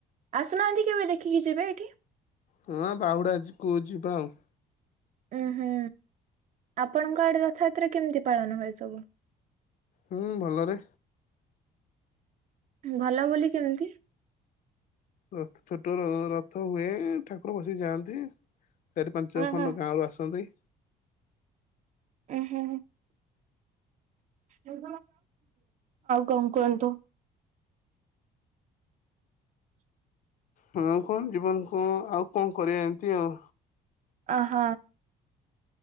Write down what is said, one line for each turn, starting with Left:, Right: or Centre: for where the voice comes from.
Right: ଆସୁନାହାନ୍ତି କେବେ ଦେଖିକି ଯିବେ ଏଠି।
Left: ହଁ ବାହୁଡ଼ାଅଛିକୁଉ ଯିବା ଆଉ।
Right: ଉଁ ହୁଁ ଆପଣଙ୍କ ଆଡେ ରଥଯାତ୍ରା କେମିତି ପାଳନ ହୁଏ ସବୁ।
Left: ହୁଁ ଭଲରେ
Right: ଭଲ ବୋଲି କେମିତି।
Left: ରଥ ଛୋଟ ରଥ ହୁଏ ଠାକୁର ବସି ଯାଆନ୍ତି। ଚାରି ପାଞ୍ଚ
Right: ଉଁ
Left: ଖଣ୍ଡ
Right: ହୁଁ
Left: ଗାଁରୁ ଆସନ୍ତି।
Right: ଉଁ ହୁ ଆଉ କଣ କହିବ।
Left: ହଁ କଣ ଜୀବନକୁ ଆଉ କଣ କରିବା ଏମିତି ଆଉ।
Right: ଅହ।